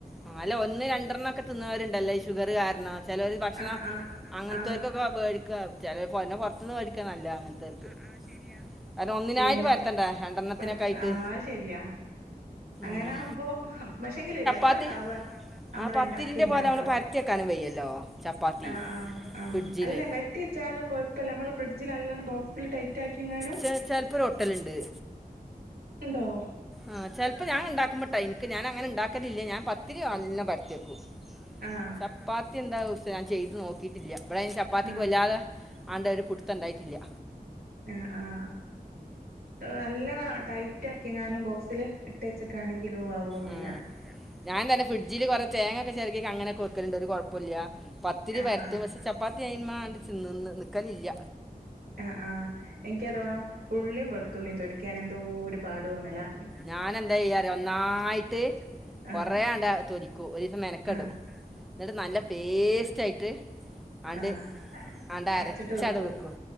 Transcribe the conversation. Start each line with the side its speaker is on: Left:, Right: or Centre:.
Centre: ആ അല്ല ഒന്ന് രണ്ടെണ്ണം ഒക്കെ തിന്ന് ണോര്ണ്ടല്ലേ ഈ ഷുഗർ കാരണം ചെലോര് ഭക്ഷണം
Right: ആഹ് ആഹ്
Centre: അങ്ങൻ
Right: ആഹ്
Centre: ത്തോർക്കൊക്കെ വേടിക്ക ചെലെപ്പം ന്നെ പുറത്ത്ന്ന് വേടി ക്ക്ണ നല്ല അങ്ങൻ ത്തോര്ക്ക് ആഹ് ആഹ് ശരിയാ കാര ണ്ണം ഒന്നിനായിട്ട്
Right: പിന്നെ
Centre: പരത്തണ്ട രണ്ടെണ്ണത്തിനൊക്കെ
Right: വരുത്ത
Centre: ആയിട്ട്
Right: ആഹ് അത് ശരിയാ അങ്ങനെ
Centre: ഉം.
Right: ആകുമ്പം പക്ഷേങ്കില് രസം
Centre: <inaudible> ആ
Right: ഇണ്ടാവാ നമ്മള്
Centre: പത്തിരിന്റെ
Right: ഇണ്ടാക്കിയെന്നാട്ടോ
Centre: പോലെ നമ്മള് പരത്തി വെക്കാനും വയ്യല്ലോ ചപ്പാത്തി
Right: ആഹ് ആഹ് ആഹ്
Centre: ഫ്രിഡ്ജില്
Right: അല്ല പരത്തി വെച്ചാലും കൊഴപ്പല്ല നമ്മള് ഫ്രഡ്ജില് നോല്ലണം ബോക്സ് ള്ള് ടൈറ്റ് ആക്കിങ്ങാനും
Centre: ചിലപ്പോൾ ഒരു ഒട്ടലുണ്ട്
Right: ഉണ്ടോ
Centre: ആഹ് ചെലപ്പോ ഞാൻ ഉണ്ടാക്കുമ്പ ട്ടോ ഇൻക്ക് ഞാന് അങ്ങനെ ഉണ്ടാക്കലില്ല ഞാൻ പത്തിരി നല്ല പരത്തിയക്കും
Right: ആഹ്
Centre: ചപ്പാത്തി എന്താവും സേ ഞാൻ ചെയ്ത് നോക്കിട്ടില്ല ഇവിടെ ചപ്പാത്തിക്ക്
Right: ആഹ്
Centre: വല്ലാതെ ആണ്ട ഒര് പുടുത്തണ്ടായിട്ടില്ല
Right: ആ ആഹ് നല്ലോണം ടൈ റ്റാക്കിങ്ങാനും ബോക്സില് ഇട്ട് വെച്ചക്കാണെങ്കിലും ആവൊന്നുല്ല
Centre: ഉം. ഞാൻ തന്നെ ഫിഡ്ജില് കൊറെ തേങ്ങക്കെ ചെരക്കി അങ്ങനെ ക്കെ വെക്കല്ണ്ട് ഒരു കൊഴപ്പല്ലാ പത്തിരി
Right: ആഹ്
Centre: പരത്തും
Right: ആഹ്
Centre: പക്ഷേ ചപ്പാത്തി അയിന്മാണ്ടി നിന്ന് നിൽക്കലില്ല
Right: ആഹ് ആഹ് എനക്ക് അതോണ ഉള്ളിയും വെളുത്തുള്ളിയും തോലിക്കാൻ എന്തോരു പാട് വന്നല്ലാ
Centre: ഞാന എന്താ ചെയ്യാറ ഒന്നായിട്ട്
Right: ആഹ്
Centre: കൊറേണ്ട തൊല ഒരു ദിവസം മെനക്കടും
Right: ആഹ്
Centre: എന്നിട്ട് നല്ല പേസ്റ്റ് ആയിട്ട് ആണ്ട്
Right: ആഹ്
Centre: ആണ്ട്
Right: അരച്ചിട്ട്
Centre: അരച്ചവട്
Right: വെക്കൂ
Centre: വെക്കും